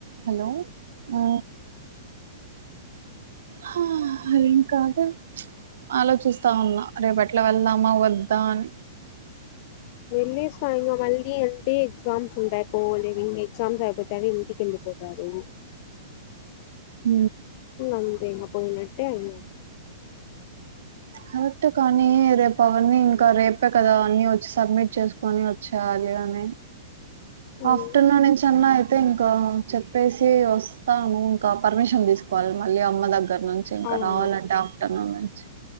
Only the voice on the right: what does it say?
Hello ఆ, హా అదేం కాదు ఆలోచిస్తా ఉన్నా, రేపెట్లా వెళ్దామా వద్దా అని.
హ
కరెక్ట్ కానీ రేపు అవన్ని ఇంకా రేపే కదా అన్న వచ్చి సబ్మిట్ చేసుకొని వచ్చేయాలి అని
ఆఫ్టర్నూన్ నుంచన్న అయితే ఇంకా చెప్పేసి వస్తాను ఇంకా పర్మిషన్ తీసుకోవాలి మళ్ళీ అమ్మ దగ్గర దగ్ నుంచి ఇంకా
రావాలంటే ఆఫ్టర్నూన్ అచ్చ